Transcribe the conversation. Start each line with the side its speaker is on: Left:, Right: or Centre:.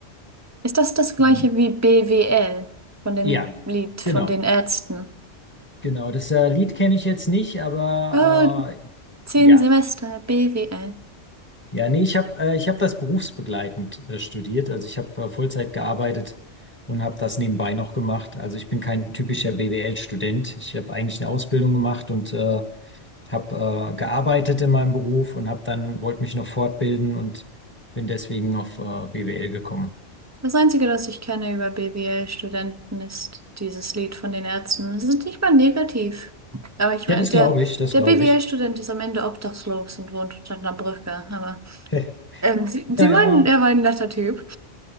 Right: Ist das das gleiche
Left: Und,
Right: wie BWL von dem
Left: ja,
Right: Lied von
Left: genau,
Right: den Ärzten?
Left: genau. Das äh, Lied kenne ich jetzt nicht, aber
Right: Oh, zehn
Left: äh, ja.
Right: Semester BWL.
Left: Ja, nee, ich habe äh, ich hab das berufsbegleitend äh, studiert. Also ich habe äh, Vollzeit gearbeitet und habe das nebenbei noch gemacht. Also ich bin kein typischer BWL-Student. Ich habe eigentlich eine Ausbildung gemacht und äh, habe äh, gearbeitet in meinem Beruf und habe dann wollte mich noch fortbilden und bin deswegen auf äh, BWL gekommen.
Right: Das Einzige, das ich kenne über BWL-Studenten, ist dieses Lied von den Ärzten. Sie sind nicht mal negativ. Aber ich meine,
Left: Ja, das
Right: der,
Left: glaube ich, das
Right: der
Left: glaube
Right: BWL-Student
Left: ich.
Right: ist am Ende obdachlos und wohnt unter einer Brücke. Aber
Left: <laughs>
Right: ähm, sie,
Left: Ja,
Right: sie
Left: ja.
Right: meinen, er war ein netter Typ.